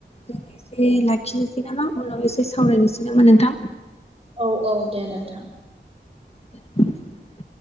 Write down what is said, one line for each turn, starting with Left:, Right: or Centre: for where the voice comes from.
Left: जों एसे लाखिनो <unintelligible> उनाव एसे सावरायनोसै नामा नोंथां?
Right: औ औ दे नोंथां।
Left: <inaudible>